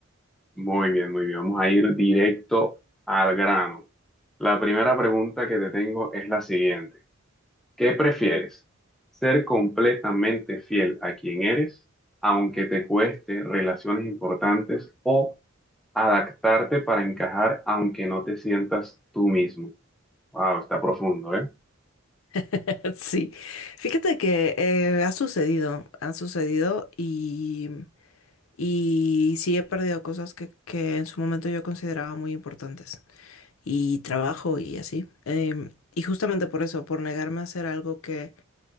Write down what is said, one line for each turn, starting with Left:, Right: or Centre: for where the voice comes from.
Centre: Muy bien, muy bien. Vamos a ir directo al grano. La primera pregunta que te tengo es la siguiente. ¿Qué prefieres? ¿Ser completamente fiel a quien eres, aunque te cueste relaciones importantes, o adaptarte para encajar, aunque no te sientas tú mismo? Wow, está profundo, ¿eh?
Left: <laughs> Sí, Fíjate que eh, ha sucedido, ha sucedido y, y sí he perdido cosas que, que en su momento yo consideraba muy importantes y trabajo y así. Em, y justamente por eso, por negarme a hacer algo que